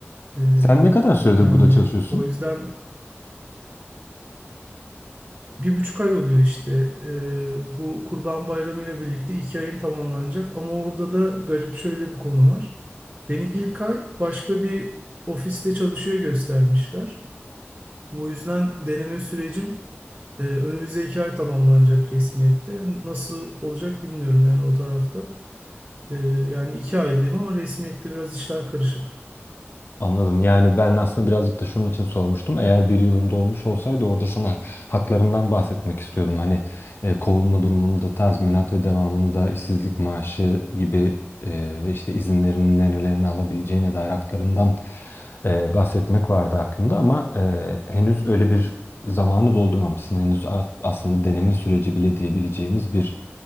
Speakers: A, on the right (about 35°); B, on the left (about 55°).
A: Ee,
B: Sen ne kadar süredir
A: yani
B: burada çalışıyorsun?
A: o yüzden bir buçuk ay oluyor işte. Ee, bu Kurban Bayramı ile birlikte iki ayım tamamlanacak. Ama orada da garip şöyle bir konu var. Beni ilk ay başka bir ofiste çalışıyor göstermişler. Bu yüzden deneme sürecim e, önümüzdeki ay tamamlanacak resmiyette. Nasıl olacak bilmiyorum yani o tarafta. Ee, yani iki aylıyım ama resmiyette biraz işler karışık.
B: Anladım. Yani ben aslında birazcık da şunun için sormuştum. Eğer bir yılın dolmuş olsaydı orada sana haklarından bahsetmek istiyordum. Hani e, kovulma durumunda tazminat ve devamında işsizlik maaşı gibi e, ve işte izinlerin nerelerini alabileceğine dair haklarından e, bahsetmek vardı aklımda ama e, henüz öyle bir zamanı doldurmamışsın. Henüz a- aslında deneme süreci bile diyebileceğimiz bir